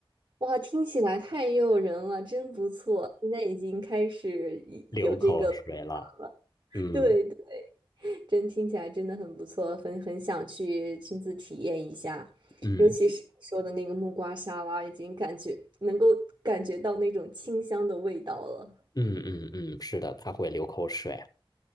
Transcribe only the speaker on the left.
流口水了。
嗯
嗯
嗯嗯嗯，是的，他会流口水。